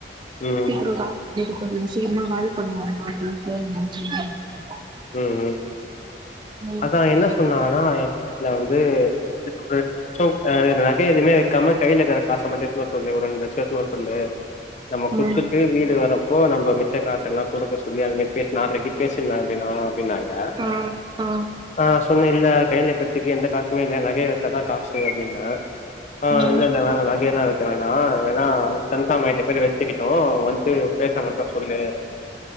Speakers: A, on the left; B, on the right.
A: ம்
B: சீக்ரு காலி பண்ணிட்டு சொல்லுங்க சீக்மா வாலி பண்ணு ஆனா பொய் கேளுங்க <unintelligible>
A: ம் ம்
B: ம்
A: அதா என்னாஸ் சொன்னாங்கனா எங் வீட்ல வந்து <inaudible> ஒரு ரெண்டு லட்சம் நகை எதுமே கம்மட் கைல இக்கற காச மட்டு எடுத்துனு வர சொல்லு ஒரு ரெண் லட்சம் எடுத்துனு வர சொல்லு நம்ம குச்சுத்
B: ம்
A: இ வீடு வரப்போ நம்ப மிச்ச காசெல்லா குடுக்க சொல்லி அவிங்க பேஸ் நால்ரெக்கி பேசிர்லா பினா பினாங்க
B: ஆ ஆ
A: ஆ சொன்னில்ல கைய்ல இப்பத்திக்கி எந்த காசுமே இல்ல நகைய வக்கதா காசு அப்டின்ன ஆ
B: ம்
A: இல்ல இல்லல வேணா நிலையில்லா வக்க வேணா வேணா கன்ஃபார்ம் ஆயிட்ட பேரு வச்சுக்கிட்டு வந்ட்டு பேச மட்டு சொல்லு